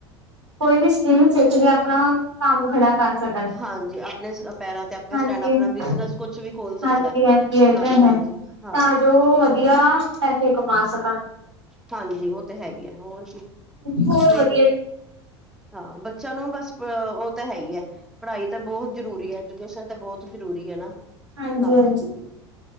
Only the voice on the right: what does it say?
ਕੋਈ ਵੀ ਸਕੀਮ ਸੱਚ ਵੀ ਆਪਣਾ ਕੰਮ ਖੜਾ ਕਰ ਸਕਣ।
ਹਾਂਜੀ-ਹਾਂਜੀ।
ਹਾਂਜੀ-ਹਾਂਜੀ, ਇਹ
ਤਾਂ ਹੈ,
ਤਾਂ ਜੋ ਵਧੀਆ
ਪੈਸੇ ਕਮਾ ਸਕਣ।
ਹੋਰ
ਵਧੀਆ ਜੀ
ਹਾਂਜੀ
-ਹਾਂਜੀ।